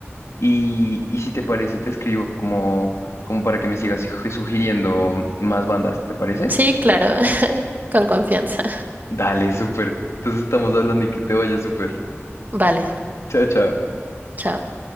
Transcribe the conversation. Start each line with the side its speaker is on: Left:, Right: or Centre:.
Left: y, y si te parece te escribo como, como para que me sigas sugi- sugiriendo más bandas, ¿te parece?
Right: Sí, claro, <laughs> con confianza.
Left: Dale, súper. Entonces estamos hablando y que te vaya súper.
Right: Vale,
Left: Chao, chao.
Right: chao.